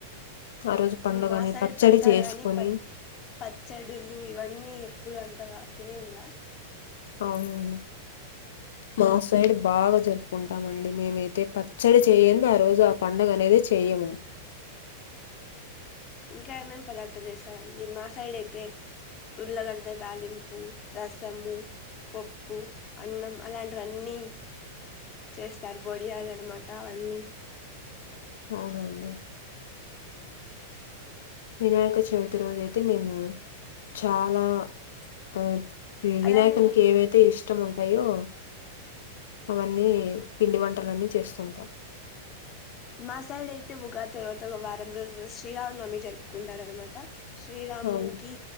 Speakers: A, on the left (about 80°); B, on the left (about 30°).
A: ఆ రోజు పండుగని
B: మా సైడ్
A: పచ్చడి
B: పెడతారు
A: చేసుకొని
B: గాని ప పచ్చడులు ఇవన్నీ ఇప్పుడు అంతగా తినిన్లా
A: అవును మా సైడ్ బాగా జరుపుకుంటామ అండి మేమైతే పచ్చడి చేయందు ఆ రోజు ఆ పండుగ అనేది చేయము. అయి
B: ఇంకా ఏమేం పదార్దలు చేసారండి మా సైడ్ అయితే ఉర్లగడ్డ తాలింపు, రసము పప్పు అన్నం అలాంటివన్నీ చేస్తారు బోడియాల అనమాట అవన్నీ
A: అవునండి వినాయక చవితి రోజు అయితే మేము చాలా ఆ ఇ వినాయకునికి
B: అలానే
A: ఏవైతే ఇష్టం ఉంటాయో అవన్నీ పిండి వంటలన్నీ చేస్తుంటాం.
B: మా సైడ్ అయితే ఉగాది తరువాత ఒక వారం రోజు శ్రీరామనవమి జరుపుకుంటారనమాట. శ్రీరాముడినికి
A: అవును